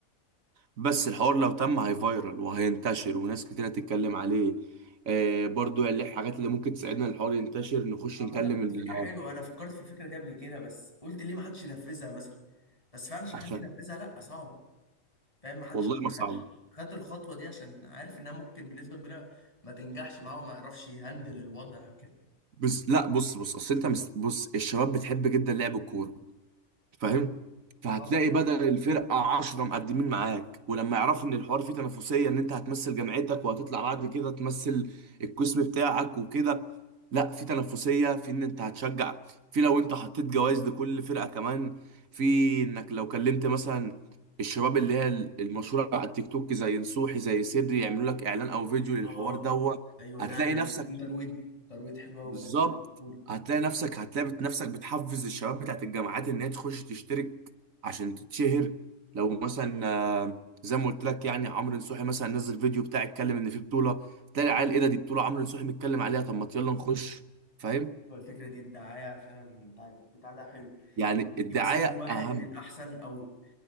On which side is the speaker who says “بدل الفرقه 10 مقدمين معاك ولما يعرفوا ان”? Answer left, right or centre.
Right